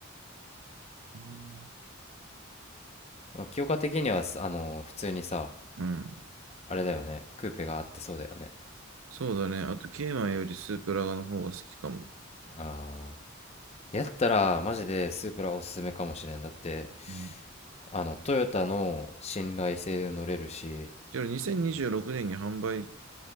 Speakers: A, on the right (about 85°); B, on the left (about 30°).
A: うん。
B: まあ清香的にはすあの普通にさ
A: うん
B: あれだよね。クーペがあってそうだよね。
A: そうだね。あと、ケイマンよりスープラガの方が好きかも。
B: あーやったら、マジでスープラおすすめかもしれん。だって、
A: うん。
B: あの、トヨタの信頼性乗れるし、
A: けど、2026年にじゅうろくねんに販売